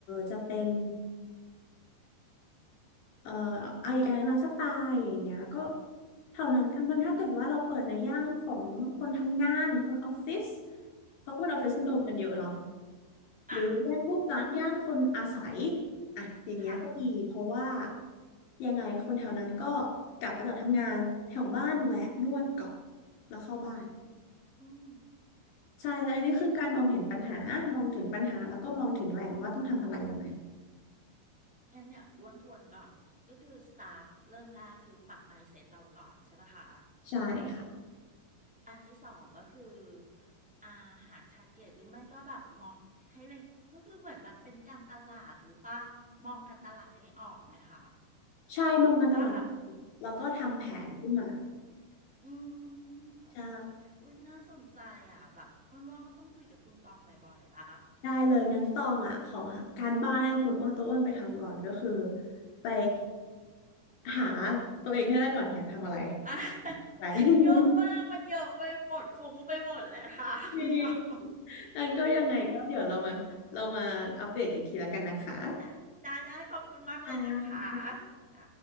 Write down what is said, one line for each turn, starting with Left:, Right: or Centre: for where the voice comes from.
Left: จะเป็นเอ่ออะอีกการร้านสปาอย่างเงี้ยก็เท่านั้นถ้ามันถ้าเกิดว่าเราเปิดในย่านของคนทำงานคนออฟฟิศ
Centre: อืม อ
Left: เขาก็เป็นออฟฟิศซินโดรมกันเยอะเนาะ
Centre: ่าฮะอ่ะ
Left: หรือย่านพวกร้านย่านคนอาศัยอ่ะอย่างเงี้ยก็ดีเพราะว่า
Centre: ค่ะ
Left: ยังไงคนแถวนั้นก็กลับมาจากทำงานแถวบ้านแวะนวดก่อนแล้วเข้าบ้าน
Centre: อืม
Left: ใช่แล้วอันนี้คือการมองเห็นปัญหามองถึงปัญหาแล้วก็มองถึงแหล่งว่าต้องทำอะไรยังไง
Centre: โอเคงั้นเนี่ยอ้วนทวนก่อน ก็คือ start เริ่มแรกคือปรับ mindset เราก่อนใช่ปะคะ
Left: ใช่ค่ะ
Centre: อันที่สองก็คืออ่าหาทาร์เก็ตหรือไม่ก็แบบมองให้เลยก็คือเหมือนแบบเป็นการตลาดหรือป่ะมองการตลาดให้ออกไหมคะ
Left: ใช่มองการตลาด
Centre: ว่าแบบ
Left: แล้วก็ทำแผนขึ้นมา
Centre: ว่าอืมโอเคอุ้ยน่าสนใจอ่ะแบบอ้วนว่าอ้วนต้องคุยกับคุณตองบ่อยๆละ
Left: ใช่
Centre: <laughs>
Left: ได้เลยงั้นตองอ่ะขอการบ้านให้คุณอ้วนตัวอ้วนไปทำก่อนก็คือไปหาตัวเองให้ได้ก่อนอยากทำอะไร
Centre: อ่ะ
Left: <laughs>
Centre: <laughs>
Left: อะไร
Centre: เยอะมากมันเยอะไปหมดฟุ้งไปหมดเลยค่ะคุณตอง
Left: <laughs> นงั้นก็ยังไงก็เดี๋ยวเรามาเรามาอัปเดตกันอีกทีแล้วกันนะคะ
Centre: ได้ได้ได้ขอบคุณมากเลยนะคะ
Left: อ่า
Centre: ได้